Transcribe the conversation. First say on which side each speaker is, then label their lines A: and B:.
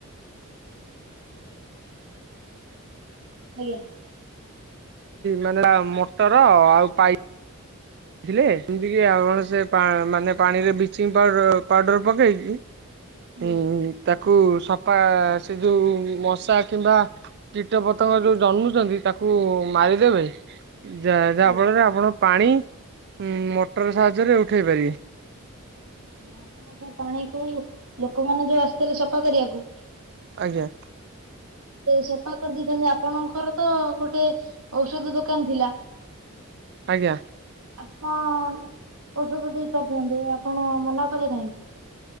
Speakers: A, on the right (about 75°); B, on the right (about 50°).
A: ଆଜ୍ଞା।
B: ମାନେ ମଟର ଆଉ ପାଇପ୍ ବୁଝଥିଲେ ସେମିତି ଆପଣ ସେ ମାନେ ପା ପାଣିରେ ବ୍ଲିଚିଂ ପାଉଡର ପାଉଡର ପକେଇକି
A: ଆଜ୍ଞା
B: ହୁଁ ତା କୁ ସଫା ସେ ଯେଉଁ ମଶା କିମ୍ବା କୀଟ ପତଙ୍ଗ ଯେଉଁ ଜନ୍ମୁଛନ୍ତି ତାକୁ କୁ ମାରିଦେବେ ଯା ଯାହାଫଳରେ
A: ଆଜ୍ଞା
B: ଆପଣ ପାଣି ଉ ମଟର ସାହାଯ୍ୟରେ ଉଠେଇ ପାରିବେ।
A: ଆପଣ ସେ ପାଣି କ ଲୋକମାନେ ଯୋଉ ଆସିଥିଲେ ସଫା କରିବାକୁ।
B: ଆଜ୍ଞା।
A: ସଫା କରିଦେଇଥାନ୍ତି ଆପଣଙ୍କର ତ ଗୋଟେ ଔଷଧ ଦୋକାନ ଥିଲା।
B: ଆଜ୍ଞା।
A: ଆପଣ ଔଷଧ ଦେଇ ପାରିଥାନ୍ତେ ଆପଣ ମନା କଲେ କାହିଁକି?